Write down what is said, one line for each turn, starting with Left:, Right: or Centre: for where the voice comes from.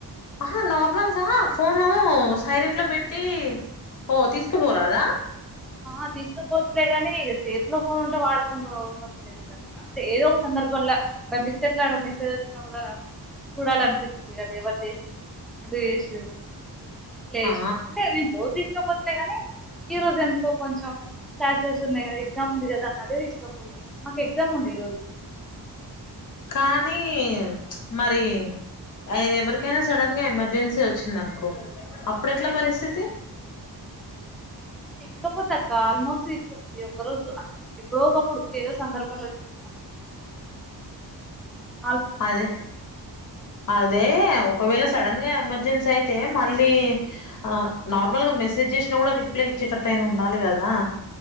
Left: ఆహా నార్మల్గా ఫోను సైలెంట్ లో పెట్టి పో తీసుకపోరాదా
Centre: ఆ తీసుకపోవచ్ లేగానీ ఇగ చేతిలో ఫోన్ ఉంటే వాడకుండా ఉండబుద్ది అయ్యిందాక్క అంటే ఏదో ఒక సందర్భంంలో బై మిస్టేక్ లా మెసేజ్ వచ్చినా కూడా చూడాలనిపిస్తుంది అదా ఎవరు చేసిర్ ఎందుకు చేసీర్ లెష్
Left: ఆ
Centre: న అంటే నేను పో తీసాకపోతలే గాని ఈ రోజు ఎందుక్ టో కొంచెం క్లాసెస్ ఉన్నాయి కదా ఎగ్జామ్ ఉంది కదా అన్నట్ తీసకోపోలే మాకు ఎగ్జామ్ ఉండే ఈ రోజు
Left: కానీ చ్ మరి ఎ ఎవరికైనా సడన్ గా ఎమర్జెన్సీ వచ్చిందనుకో అప్పుడు ఎట్లా పరిస్థితి
Centre: తీస్కాపోత అక్ ఇంకా ఆల్మోస్ట్ తీసుకోపోద్ ఈ ఒక్క రోజు అంటే ఎప్పుడో ఒకప్పుడు ఏదో సందర్భంలో తీసుకపోను అంట్
Left: అదే అదే ఒకవేళ సడన్ గా ఎమర్జెన్సీ అయితే మళ్ళీ ఆ నార్మల్గా మెసేజ్ చేసినా కూడా రిప్లై ఇచ్చేటట్టు అయినా ఉండాలి కదా